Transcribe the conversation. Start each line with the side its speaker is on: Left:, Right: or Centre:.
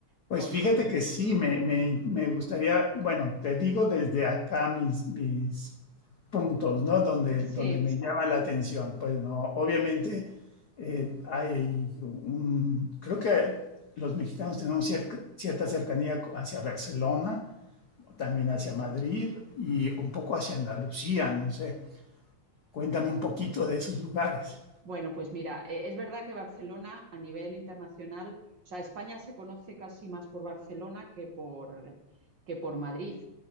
Right: Porque,
Left: pues fíjate que sí, me, me- me gustaría, bueno, te digo desde acá mis, mis puntos, ¿no? Donde,
Right: sí.
Left: donde me llama la atención. Pues no, obviamente eh, hay un, creo que los mexicanos tenemos cier- cierta cercanía hacia Barcelona, también hacia Madrid y un poco hacia Andalucía, no sé. Cuéntame un poquito de esos lugares.
Right: Bueno, pues mira, eh, es verdad que Barcelona a nivel internacional, o sea, España se conoce casi más por Barcelona que por, que por Madrid.